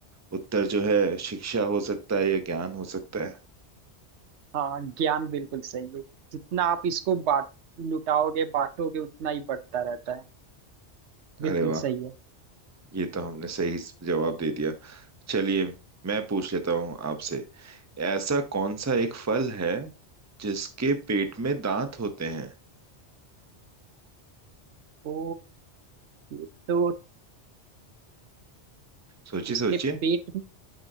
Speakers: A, on the right; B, on the right.
A: उत्तर जो है शिक्षा हो सकता है या ज्ञान हो सकता है
B: हाँ ज्ञान बिल्कुल सही है जितना आप इसको बांट लुटाओगे बांटोगे उतना ही बढ़ता रहता है
A: अरे
B: बिल्कुल
A: वाह
B: सही है
A: ये तो हमने सही जवाब दे दिया चलिए मैं पूछ लेता हूँ आपसे ऐसा कौन सा एक फल है जिसके पेट में दांत होते हैं
B: ओ ये तो
A: सोचिए
B: उसके
A: सोचिए
B: पेट में